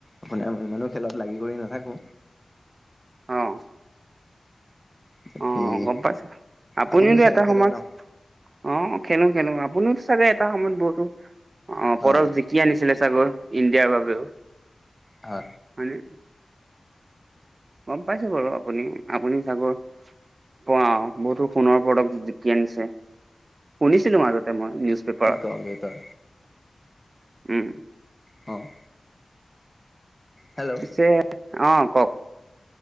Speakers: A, on the left; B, on the right.
A: আপোনাৰ ইমানো খেলত লাগি কৰি নাথাকো।
B: অ'।
A: বাকী
B: অ, গম পাইছো আপুনিওতো
A: আপুনিও চাগে
B: এটা
A: খেলে
B: সময়ত
A: ন?
B: অ, খেলো, খেলো আপুনিও চাগে এটা সময়ত বহুতো অ,
A: হয়
B: পৰশ দি কি আনিছিলে চাগৰ ইণ্ডিয়াৰ বাবেও?
A: হা।
B: হয়ে। গম পাইছেো বাৰু আপুনি, আপুনি চাগৰ। পোৱা বহুতো সোণৰ প্ৰডক্ট জিকি আনিছে। শুনিছিলো মাজতে মই নিউজ পেপাৰ
A: কি কম্পিউটাৰ
B: উম।
A: অ'। হেল্ল'
B: পিছে অ, কওক?